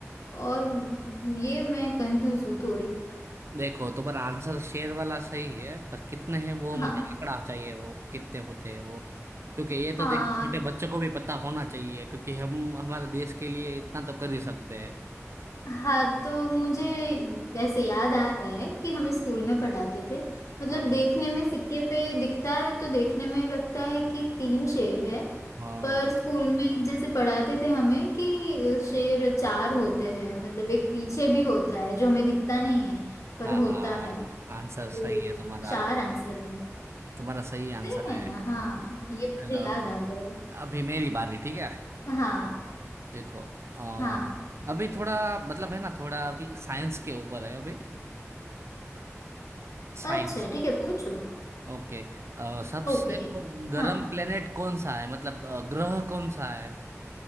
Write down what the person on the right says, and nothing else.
देखो तुम्हारा आंसर शेर वाला सही है पर कितने हैं वो मुझे
आंकड़ा चाहिए वो कितने होते हैं वो क्योंकि ये तो
देख छोटे बच्चों को भी पता होना चाहिए क्योंकि हम हमारे देश के लिए इतना तो कर ही सकते हैं
हाँ
हाँ
हाँ
आंसर
सही है तुम्हारा
तुम्हारा सही
आंसर
है
चलो
अभी मेरी बारी ठीक है
देखो अ,
अभी थोड़ा मतलब है ना थोड़ा अभी साइंस के ऊपर है अभी साइंस
ओके अ, सबसे
गर्म
प्लेनेट कौन सा है मतलब अ, ग्रह कौन सा है